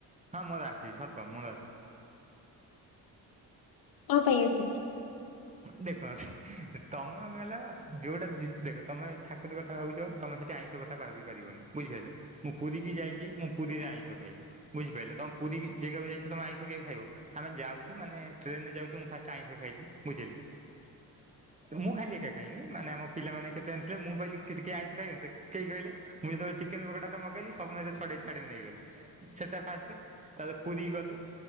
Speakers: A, on the right; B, on the left.
A: ହଁ ମୋର ଆସିଛି ସତ ମୋର ଆସିଛି।
B: କଣ ପାଇଁ ଆସିଛି?
A: ଦେଖ ତମେ ମତେ କହିଲ ଯୋଉଟା ଦେଖ ତମେ ଠାକୁର କଥା ଭାବୁଛ ତମେ ସେଠି ଆଇଁଷ କଥା ଭାବି ପାରିବନି ବୁଝିପାରୁଛ ମୁଁ ପୁରୀ କି ଯାଇଛି ମୁଁ ପୁରୀରେ ଆଇଁଷ ଖାଇଲି। ବୁଝିପାରିଲ ତ ପୁରୀ ଜାଗାକୁ ଯାଇଛ ତମ ଆଇଁଷ କେବେ ଖାଇବ। ଆମେ ଯାଉଛୁ ମାନେ ଟ୍ରେନରେ ଯାଉଛୁ ମୁଁ ଫାଷ୍ଟ ଆଇଁଷ ଖାଇଲି ବୁଝିଲେ। ମୁଁ ଖାଲି ଏକା ଖାଇନି ମାନେ ଆମ ପିଲାମାନେ କେତେ ଆ ଥିଲେ ମୁଁ କହିଲି କି କେହି ଆଇଁଷ ଖାଇବନି କେହି କହିଲେ ମୁଁ ଯେତେବେଳେ ଚିକେନ ପକୋଡାଟା ମଗେଇଲି ସମସ୍ତେ ଛଡେଇ ଛାଡେଇ ନେଇଗଲେ। ସେଟା ଫାଷ୍ଟ ତାପ ପୁରୀ ଗଲୁ।